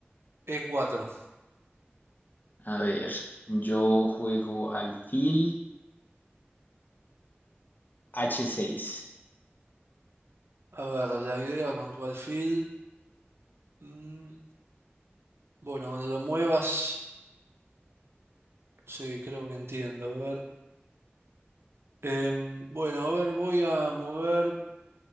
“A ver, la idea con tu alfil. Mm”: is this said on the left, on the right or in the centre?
Right